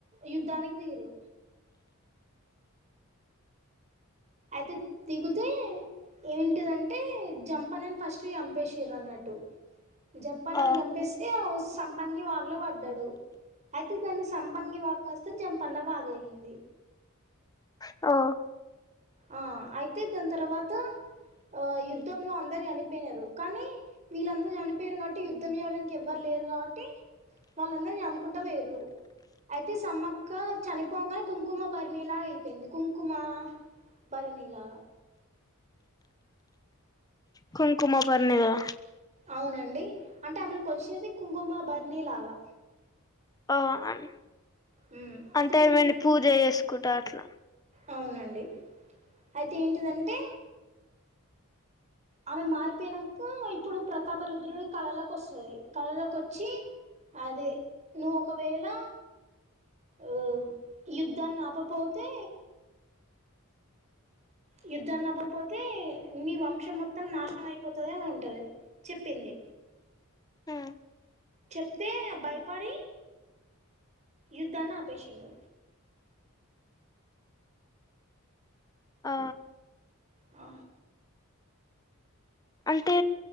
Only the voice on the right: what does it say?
యుద్ధానికి తీరు అయితే దిగుత ఏంటిదంటే జంపనని ఫస్ట్ చంపేసిర అన్నట్టు జంపనను
చంపేస్తే సం పంగి వాగలో పడ్డాడు అయితే దాన్ని సంపంగి వాగు కాస్త జంపన్న వాగయ్యంది
ఆ అయితే దాని తర్వాత ఆ యుద్ధంలో అందరు చనిపోయినారు కానీ వీళ్ళందరూ చనిపోయారు కా ట్టి యుద్ధం చేయడానికి ఎవరు లేరు కాబట్టి వాళ్ళందరు అమ్ముకుంటా పొయ్యిర్రు అయితే సమ్మక్క చనిపోగానే కుంకుమ బరినిలా అయిపోయింది కుంకుమ బరినిలా
అవునండి అంటే ఆమెను కొలిసేది కుంకుమ బర్నీలాగా
ఉమ్, అయితే
కుం
అవునండి అయితే ఏంటిదంటే ఆమె మారిపోయినంక ఇప్పుడు ప్రతాప రుద్రుడు కళలోకి వస్తది కళలోకి వచ్చి అదే నువ్వు ఒకవేళ ఆ యుద్ధాన్ని ఆపపోతే యుద్దాన్నాపకపోతే మీ వంశం మొత్తం నాశనం అయిపోతాది అని ఉంటది చెప్పింది
చెప్తే భయపడి యుద్ధన్ని ఆపేసిండు
ఆ